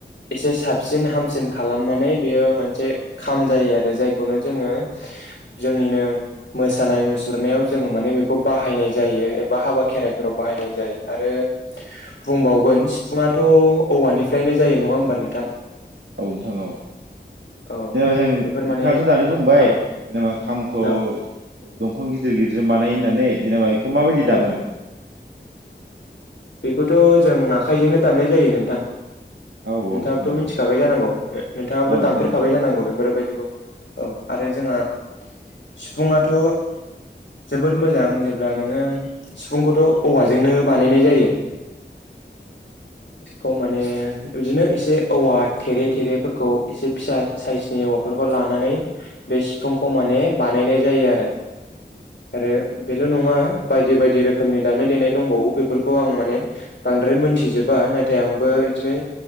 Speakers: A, on the left; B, on the right.
A: एसे साबसिन हामसिन खालामनानै बेयो मोनसे खाम जायो आरो जायखौनो जोङो जोंनिनो मोसानाय मुसुरनायाव जोङो माने बेखौ बाहायनाय जायो एबा हाबा खेराइ फोराव बाहायनाय जायो आरो बुंबावगोन सिफुुंआथ' औवानिफ्रायनो जायो नङा होमबा नोंथां?
B: औ नोंथां औ
A: औ
B: जेनेबा जों
A: बेफोर
B: नोंथाङाथ'
A: माने
B: दानि बुंबाय
A: औ
B: जेनेबा खामखौ
A: औ
B: दंफां गिदिर गिदिरजों बानायो होननानै जेनेबा बेखौ माबायदि दामो?
A: औ बेखौथ' जों आखाइजोंनो दामनाय जायो नोंथां।
B: औ औ
A: नोंथाङाबोथ'
B: नोंथां
A: मिथिखागाय
B: औ
A: जानांगौ नोंथाङाबोथ'
B: औ नोंथां
A: दामफेरखाबाय
B: औ
A: जानांगौ बेफोरबायदिखौ। औ आरो जोंहा सिफुङाथ' जोबोद मोजां जेब्ला नोङो सिफुंखौथ' औवाजोंनो बानायनाय जायो।
B: <unintelligible>
A: बेखौ माने बिदिनो एसे औवा थेरे थेरेफोरखौ एसे फिसा साइजनि औवाफोर लानानै बे सिफुंखौ माने बानायनाय जायो आरो। आरो
B: नोंथां
A: बेल'
B: औ
A: नङा बायदि बायदि रोखोमनि दामनाय देनाय दंबावो बेफोरखौ आं माने बांद्राय मोनथिजोबा नाथाय आंबो इदिनो